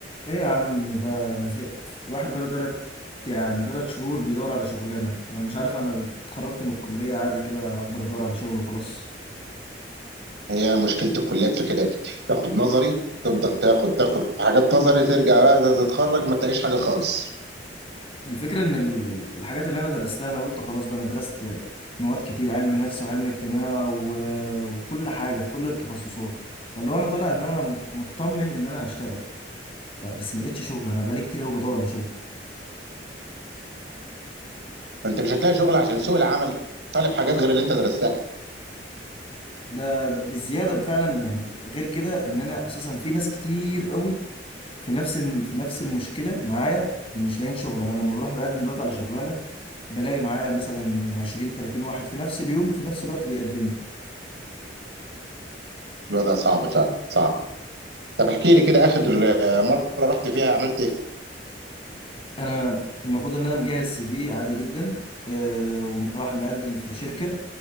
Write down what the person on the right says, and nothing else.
هي مشكلة الكليات في كده تاخد نظري تفضل تاخد تاخد في حاجات نظري ترجع بقى تتخرج ما تلاقيش حاجة خالص
فانت مش هتلاقي شغل عشان سوق العمل طالب حاجات غير اللي انت درستها
الوضع صعب فعلا صعب طب احكي لي كده اخر آه، مرة رحت فيها عملت ايه؟